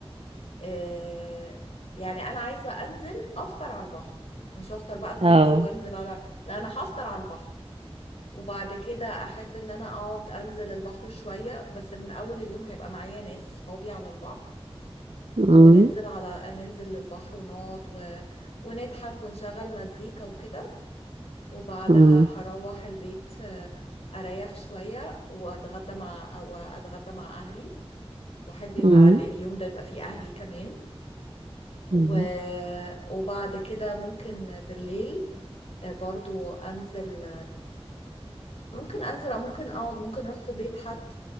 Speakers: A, on the left (about 75°); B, on the right (about 80°).
A: آه، يعني انا عايزه انزل افطر على البحر مش هفطر بقى في بيتي
B: اه
A: وانزل على لا انا هفطر على البحر وبعد كده احب ان انا اقعد انزل البحر شوية بس من اول اليوم هيبقى معايا ناس صحابي على البحر
B: امم
A: وننزل على ننزل للبحر ونقعد و... ونضحك ونشغل مزيكا وكده وبعدها
B: امم
A: هروح البيت آه، اريح شوية واتغدى مع واتغدى مع اهلي واحب يبقى
B: امم
A: على- اليوم ده يبقى فيه اهلي كمان و...
B: امم
A: وبعد كده ممكن بالليل آه، برضو انزل ممكن انزل او ممكن اقعد ممكن اروح في بيت حد